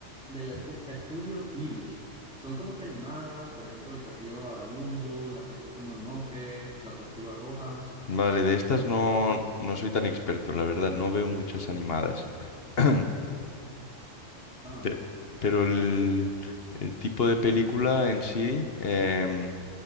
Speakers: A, in the centre; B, on the left (about 50°).
A: del escu- estudio Ghibli, son como que animadas, por ejemplo, El Castillo Vagabundo, La Princesa Mononoke, La Tortuga Roja,
B: Vale, de estas no, no soy tan experto, la verdad, no veo muchas animadas. <clears throat>
A: ah,
B: Pe- Pero el, el tipo de película en sí, em,